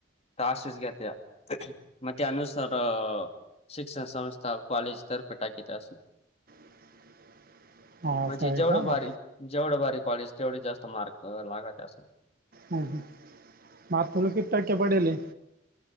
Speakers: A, on the left; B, on the right.
A: तासज घत मे त्या अनुसर शिक्षण संस्था कॉलेज दर्फे टाकीे जा अस
B: <inaudible> असं
A: म्हणजे
B: आहे
A: जेवढ
B: का हं,
A: बारी जेवढ बारी कॉलेज तेवढी जास्त मार्क लागाात असून
B: हो मातलं कती टक्या पडले